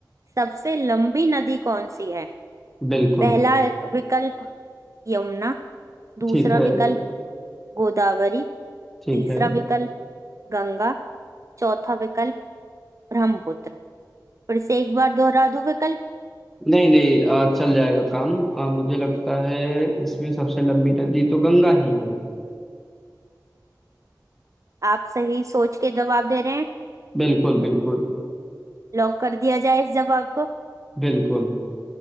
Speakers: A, on the right (about 45°); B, in the centre.
A: सबसे लंबी नदी कौन सी है
B: बिल्कुल
A: पहला विकल्प यमुना दूसरा
B: ठीक है
A: विकल्प गोदावरी
B: ठीक
A: तीसरा
B: है
A: विकल्प गंगा चौथा विकल्प ब्रह्मपुत्र फिर से एक बार दोहरा दूं विकल्प
B: नहीं नहीं अ, चल जाएगा काम अ, मुझे लगता है इसमें सबसे लंबी नदी तो गंगा ही है
A: आप सही सोच के जवाब दे रहे हैं
B: बिल्कुल बिल्कुल
A: लॉक कर दिया जाए इस जवाब को
B: बिल्कुल